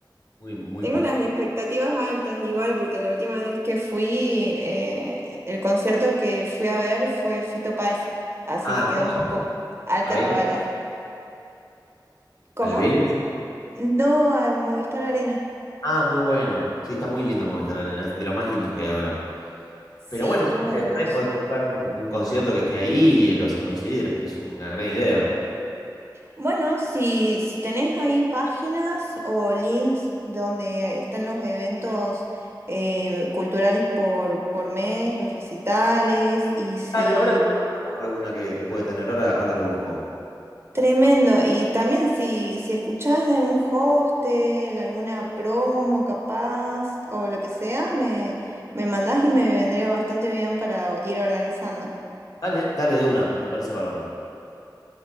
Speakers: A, on the left; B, on the right.
A: muy, muy
B: tengo
A: poco.
B: las expectativas altas igual, porque la última vez que fui, eh, el concierto que fui a ver fue Fito Páez, así
A: Ah,
B: que quedó
A: hermoso.
B: un poco alta
A: ¿A Vélez?
B: la vara. ¿Cómo?
A: ¿Al Vélez?
B: No, al Movistar Arena.
A: Ah, muy bueno. Sí, está muy lindo el Movistar Arena, es de los más lindos que hay ahora.
B: Sí,
A: Pero bueno,
B: estuvo
A: siempre
B: hermoso.
A: re podés buscar un, un concierto que esté ahí y lo haces coincidir. Es una gran idea.
B: Bueno, si, si tenés ahí páginas o links donde están los eventos eh, culturales por, por mes, los recitales, y si...
A: Dale, ahora creo que se me ocurre una que, que puede tener. Ahora, ahora lo busco.
B: Tremendo. Y también si, si escuchás de algún hostel, alguna promo capaz o lo que sea, me, me mandás y me vendría bastante bien para ir organizando.
A: Dale, dale de una. Me parece bárbaro.